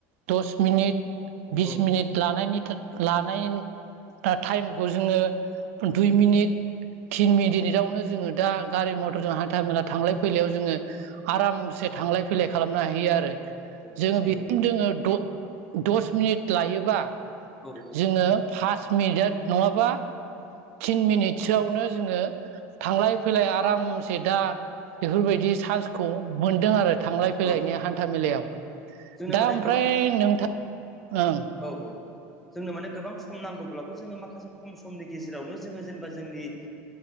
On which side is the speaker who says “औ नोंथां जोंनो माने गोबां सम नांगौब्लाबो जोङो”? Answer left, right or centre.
Centre